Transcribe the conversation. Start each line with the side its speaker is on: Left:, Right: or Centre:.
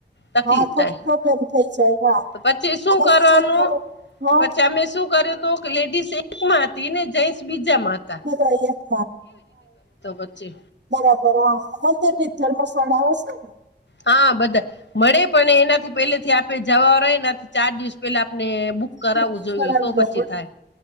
Left: તકલીફ
Right: હા થોડીક
Left: થાય.
Right: પ્રોબ્લેમ થઈ જાય હા
Left: તો પછી શું
Right: આમાં
Left: કરવાનું
Right: છે અત્યારે હા
Left: પછી અમે શું કર્યું તું કે લેડીસ એકમાં હતી ને જેન્ટસ બીજામાં હ
Right: માં તૈયે <unintelligible>
Left: વચ્ચે
Right: બરાબર હા મંદિર ની ધર્મશાળા હશે ને
Left: હા, બધા મળે પણ એનાથી પેલે થી આપે જવા રહે ને તો ચાર દિવસ પેલા આપને બુક કરાવવું
Right: બુકિંગ
Left: જોઈએ
Right: કરાવી
Left: તો પછી
Right: લો પણ
Left: થાય,